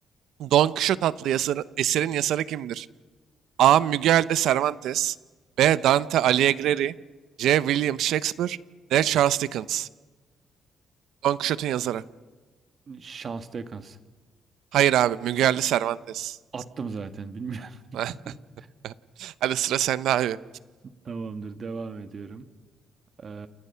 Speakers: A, on the right; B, on the right.
A: Don Quixote adlı yazarı, eserin yazarı kimdir? A. Miguel de Cervantes B. Dante Alighieri C. William Shakespeare D. Charles Dickens Don Quixote'un yazarı.
B: Şans Dekans.
A: Hayır abi Miguel de Cervantes.
B: Attım zaten bilmiyorum.
A: <laughs>
B: <laughs>
A: Hadi sıra sende abi.
B: Tamamdır devam ediyorum. Ee,